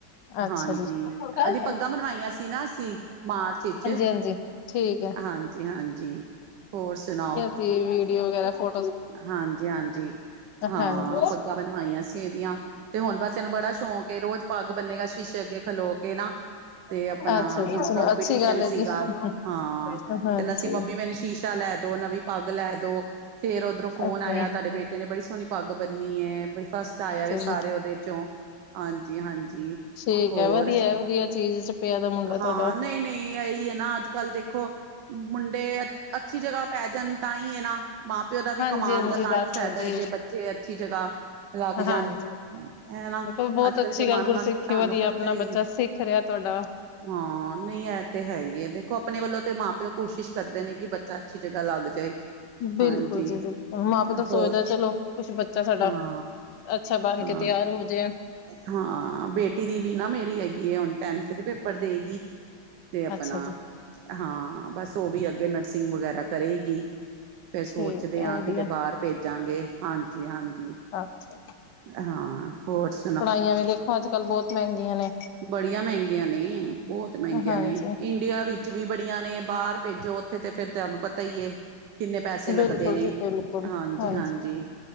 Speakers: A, on the left (about 85°); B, on the right (about 85°).
A: ਅੱਛਾ
B: ਹਾਂਜੀ,
A: ਜੀ ਹਾਂਜੀ
B: ਅਜੇ ਪੱਗਾਂ ਬਨਵਾਈਆਂ ਸੀ ਨਾ ਅਸੀਂ ਮਾਰਚ ਇੱਚ।
A: ਹਾਂਜੀ ਠੀਕ ਹੈ
B: ਹਾਂਜੀ-ਹਾਂਜੀ, ਹੋਰ ਸੁਣਾਓ?
A: ਤੇ ਵੀਡੀਓ ਵਗੈਰਾ ਫੋਨ
B: ਹਾਂਜੀ-ਹਾਂਜੀ, ਹਾਂ,
A: ਹਾਂਜੀ।
B: ਪੱਗਾਂ ਬਨਵਾਈਆਂ ਸੀ ਇਹਦੀਆਂ। ਤੇ ਹੁਨ ਬਸ ਇਹਨੂੰ ਬੜਾ ਸ਼ੌਂਕ ਏ, ਰੋਜ਼ ਪਾਗ ਬੰਨੇਗਾ ਸ਼ੀਸ਼ੇ ਅੱਗੇ ਖਲੋ ਕੇ ਨਾ। ਤੇ ਆਪਣਾ
A: ਅੱਛਾ ਜੀ
B: ਹੁਣ
A: ਚਲੋ
B: ਕੋਂਪੀਟੀਸ਼ਨ
A: ਅੱਛੀ ਗੱਲ ਹੈ
B: ਸੀਗਾ
A: ਜੀ। ਹਾਂਜੀ
B: ਹਾਂ,
A: ਅੱਛਾ
B: ਕਹਿੰਦਾ ਸੀ
A: ਜੀ
B: ਮ ਬੀ ਮੈਨੂੰ ਸ਼ੀਸ਼ਾ ਲੈ ਦੋ, ਨਵੀ ਪੱਗ ਲੈ ਦੋ, ਫੇਰ ਓਧਰੋ ਫੋਨ
A: ਅੱਛਾ
B: ਆਇਆ ਤਾਡੇ ਬੇਟ ਏਨੇ ਬੜੀ ਸੋਨੀ ਪੱਗ ਬੰਨੀ ਏ ਬੀ ਫਸਟ ਆਇਆ ਵੇ ਸਾਰੇ
A: ਜੀ।
B: ਓਦੇ ਚੋਂ। ਹਾਂਜੀ-ਹਾਂਜੀ।
A: ਠੀਕ
B: ਹੋਰ,
A: ਹੈ ਵਧੀਆ ਵਧੀਆ ਚੀਜ਼ ਚ ਪਿਆ ਦਾ ਮੁੰਡਾ
B: ਹਾਂ
A: ਤੁਹਾਡਾ।
B: ਨੲੀਂ-ਨੲੀਂ ਇਹੀ ਐ ਨਾ ਅੱਜ ਕੱਲ ਦੇਖੋ, ਮੁੰਡੇ ਅੱਛੀ ਜਗ੍ਹਾ ਪੈ ਜਾਣ ਤਾਂਈਂ ਏ ਨਾ ਮਾਂ ਪੇ ਦਾ ਵੀ
A: ਹਾਂਜੀ
B: ਕਮਾਣ
A: ਹਾਂਜੀ
B: ਦਾ ਤਾਂਈਂ
A: ਬਸ
B: ਫੈਦੈ
A: ਜੀ
B: ਜੇ ਬੱਚੇ ਅੱਛੀ ਜਗ੍ਹਾ ਲੱਗ ਜਾਣ।
A: ਹਾਂਜੀ।
B: ਹੈ ਨਾ,
A: ਮੈਂ ਕਿਹਾ ਬਹੁਤ
B: ਅੱਜ ਕੱਲ
A: ਅੱਛੀ
B: ਜ਼ਮਾਨਾ
A: ਗੱਲ ਗੁਰਸਿੱਖੀ
B: ਤੇ ਤਾਨੂੰ
A: ਵਧੀਆ
B: ਪਤਾ
A: ਆਪਣਾ
B: ਈ
A: ਬੱਚਾ
B: ਏ।
A: ਸਿੱਖ ਰਿਹਾ ਤੁਹਾਡਾ।
B: ਹਾਂ, ਨਹੀਂ ਐ ਤੇ ਹੈ ਈ ਏ ਦੇਖੋ ਅਪਣੇ ਵੱਲੋਂ ਤੇ ਮਾਂ ਪਿਓ ਕੋਸ਼ਿਸ਼ ਕਰਦੇ ਨੇ ਕਿ ਬੱਚਾ ਅੱਛੀ ਜਗ੍ਹਾ ਲੱਗ ਜਾਏ।
A: ਬਿਲਕੁਲ
B: ਹਾਂਜੀ
A: ਜੀ ਬਿਲਕੁਲ, ਮਾਂ ਪਿਓ ਤਾਂ ਸੋਚਦਾ
B: ਹੋਰ
A: ਚੱਲੋ ਕੁਛ ਬੱਚਾ ਸਾਡਾ
B: ਹਾਂ
A: ਅੱਛਾ ਬੰਨ
B: ਹਾਂ
A: ਕੇ ਤਿਆਰ ਹੋਜੇ।
B: ਹਾਂ, ਬੇਟੀ ਦੀ ਵੀ ਨਾ ਮੇਰੀ ਹੈਗੀ ਏ ਹੁਨ ਟੈਨਥ ਦੇ ਪੇਪਰ ਦੇਗੀ‌। ਤੇ ਅਪਨਾ,
A: ਅੱਛਾ ਜੀ
B: ਹਾਂ ਬਸ ਓ ਵੀ ਅੱਗੇ ਨਰਸਿੰਗ ਵਗੈਰਾ ਕਰੇਗੀ। ਫਿਰ ਸੋਚਦੇ
A: ਠੀਕ ਹੈ
B: ਆਂ
A: ਵਧੀਆ
B: ਕਿਤੇ ਬਾਰ ਭੇਜਾਂਗੇ, ਹਾਂਜੀ-ਹਾਂਜੀ।
A: ਅਛ। <unintelligible>
B: ਹਾਂ ਹੋਰ ਸ
A: ਪੜ੍ਹਾਈਆਂ ਵੀ ਵੇਖੋ ਅੱਜ ਕੱਲ੍ਹ ਬੋਤ ਮਹਿੰਗੀਆਂ ਨੇ।
B: ਬੜੀਆਂ ਮੈਂਗੀਆਂ ਨੇ ਬੋਤ ਮਹਿੰਗੀਆਂ
A: ਹਾਂਜੀ
B: ਨੇ ਇੰਡੀਆ ਵਿ ਚ ਵੀ ਬੜੀਆਂ ਨੇ ਬਾਰ ਭੇਜੋ ਓਥੇ ਤੇ ਫੇਰ ਤਾਹਨੂੰ ਪਤਾ ਈ ਏ। ਕਿੰਨੇ ਪੈਸੇ ਲੱਗਦੇ
A: ਬਿਲਕੁਲ
B: ਨੇ,
A: ਜੀ ਬਿਲਕੁਲ
B: ਹਾਂਜੀ-ਹਾਂਜੀ।
A: ਹਾਂਜੀ